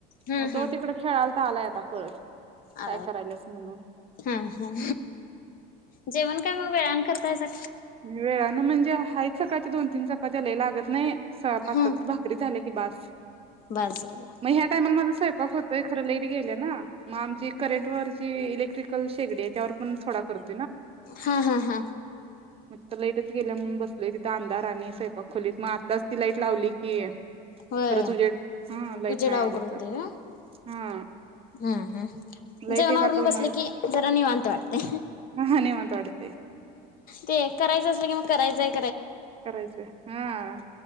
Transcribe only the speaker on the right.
म तो
तिकडं खेळालता आलाय आता पळत.
काय करायलाच म्हणून
वेळा म म्हजे हाय सकाळच्या दोन-तीन चपात्या लई लागत नाही सहा, पाच,
सात भाकरी झाले कि बास
मग ह्या टायमाला माझ स्वयंपाक होतय फार लेट गेल्या ना मग आमची करेंट वरची इलेक ट्रीकल शेगडी आहे त्यावर पण थोडा करत
मग तर लाईटच गेल्या म्हणून बसलय तिथ अंधार आणि स्वयपाक खोलीत मग आत्ताच ती लाईट लावली की
परत उजेड हा लाईट
नाही
आली
तर
हा
लाईट
एक आता उन्हाळ्यात
हा निवांत वाटते
करायचं आहे ह